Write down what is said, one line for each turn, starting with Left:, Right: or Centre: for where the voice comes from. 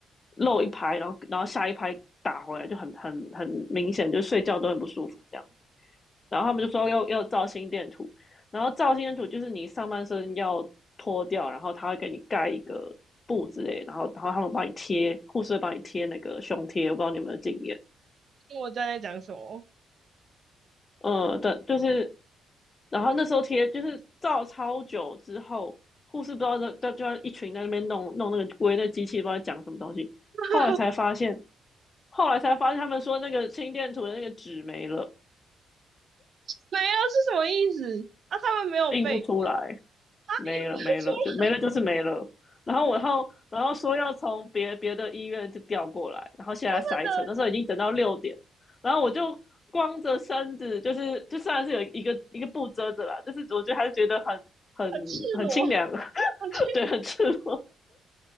Left: 漏一拍，然后然后下一拍打回来就很很很明显，就睡觉都很不舒服这样。”然后他们就说要要照心电图，然后照心电图就是你上半身要脱掉，然后他会给你盖一个布之类，然后然后他们帮你贴，护士会帮你贴那个胸贴，我不知道你有没有经验，
Right: 我正在讲什么？
Left: 嗯，对，就是，然后那时候贴就是照超久之后，护士不知道在在就在一群在那边弄弄那个围那机器，不知道讲什么东西，
Right: <laughs>
Left: 后来才发现，后来才发现他们说那个心电图的那个纸没了，
Right: 没有是什么意思？啊，他们没有被啊，
Left: 印不出来。没了没了，
Right: 因为除了
Left: 就没了就是没了。然后我然后然后说要从别别的医院就调过来，然后现在塞车，
Right: 的
Left: 那时候已经等到六点，然后我就光着身子，就是就算是有一个一个布遮着啦，但是我觉得还是觉得很很很清凉，
Right: 很赤裸，
Left: <laughs>
Right: 很奇怪
Left: 对，很赤裸，